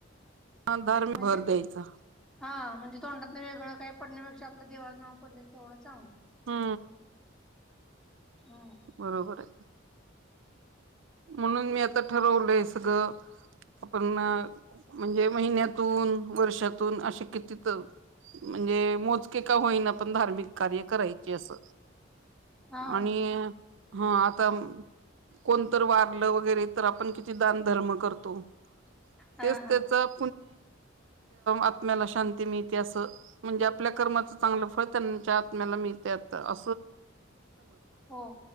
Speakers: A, on the right; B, in the centre.
A: धार्मिक
B: म्हणजे
A: भर द्यायचा
B: हा म्हणजे तोंडात न वेगळ काही पडण्यापेक्षा आपलं देवां नाव पडलंल तेवढं चांगलं
A: हा
B: हम्म
A: बरोबर आहेच म्हणून मी आता ठरवलंय सगळं आपण म्हणजे महिन्यातून वर्षातून असे किती तर म्हणजे मोजके होईना पण धार्मिक कार्य करायचे अस
B: हा
A: आणि हा आता कोण व वरे आपण कि दधर् करतो
B: हा
A: त्या
B: हा
A: आ्याला शां मि अस म्हणजे आपल्या कर्माच चांगलं फळ त्यांच्या आ
B: हो